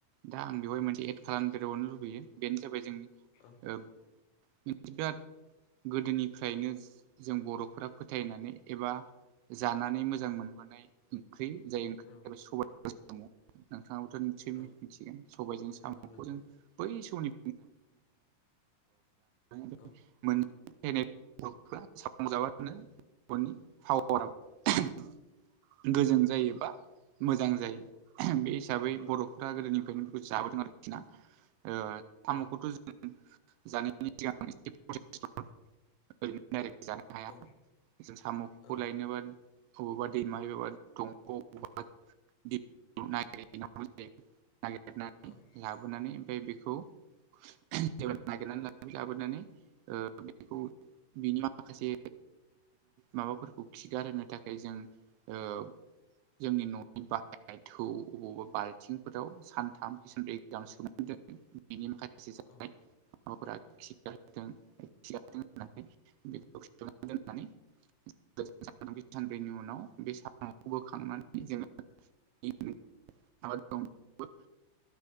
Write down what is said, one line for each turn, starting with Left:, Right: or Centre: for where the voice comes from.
Right: दा आं बेवहाय
Left: औ
Right: मोनसे एद खालामदेरबावनो लुबैयो बेनो जाबाय जोंनि
Left: औ
Right: ओब <unintelligible> गोदोनिफ्रायनो जों बर'फोरा फोथायनानै एबा जानानै मोजां मोनबोनाय ओंख्रि जाय <unintelligible>
Left: औ
Right: नोंथांङाबोथ' निसय मिथिगोन
Left: औ
Right: सबायजों साम'खौ
Left: नंगौ नंगौ
Right: जों बै समनि <unintelligible>
Left: औ
Right: <unintelligible> गोजों जायो बा मोजां जायो बे हिसाबै
Left: औ
Right: बर'फोरा गोदोनिफ्रायनो बेखौ जाबोदों आरोखि ना ओ साम'खौथ'
Left: औ
Right: जों जानायनि सिगां <unintelligible> <unintelligible> जानो हाया
Left: औ
Right: जों साम'खौ
Left: औ
Right: लायनोबा अबावबा दैमा एबाबा दंग' अबावबा <unintelligible>
Left: ओं
Right: लाबोनानै ओमफ्राय बेखौ जेब्ला नागिरनानै ला लाबोनानै ओ बेखौ बिनि माखासे माबाफोरखौ खिगारहोनो थाखाय जों ओ जोंनि न'नि बाहायनाय थौ अबावबा बाल्थिंफोराव सानथाम किसानब्रै <unintelligible> बेनि माखासे <unintelligible>
Left: औ
Right: <unintelligible> सानब्रैनि उनाव बे साम'खौ बोखांनानै <unintelligible> <unintelligible>